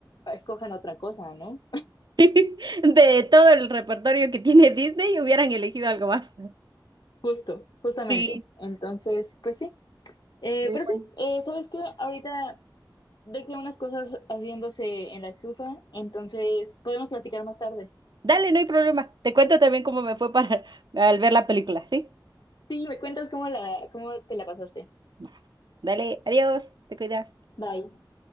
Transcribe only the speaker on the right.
<laughs> De todo el repertorio que tiene Disney, hubieran elegido algo más.
Sí,
muy
bueno.
Dale, no hay problema. Te cuento también cómo me fue para al ver la película, ¿sí?
Va. Dale, adiós, te cuidas.